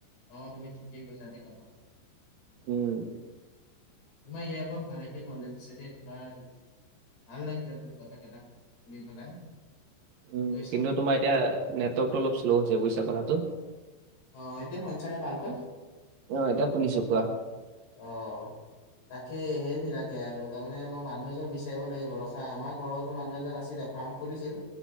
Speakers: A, on the left (about 75°); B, on the right (about 65°).
A: অ তুমি ঠিকেই কৈছা দেই কথাতো।
B: উম
A: তোমাৰ ইয়াৰ পৰা ভালেকে নলেজ আছে দেই তোমাৰ ভাল লাগিলে তুমি কথা কেইটা শুনি পেলাই।
B: উম
A: বুজিছা।
B: কিন্তু তোমাৰ এতিয়া নেটৱৰ্কটো অলপ শ্ল' হৈছে বুজিছা কথাটো।
A: অহ এতিয়া শুনিছা নে ভালকৈ?
B: অ', এতিয়া শুনিছো কোৱা।
A: অহ। তাকে সেইবিলাকে আৰু তাৰ মানে মই মানুহ এজন বিচাৰিব লাগিব ৰখা আমাৰ ঘৰৰ মানুহ এজন আছিলে ফাৰ্ম খুলিছিল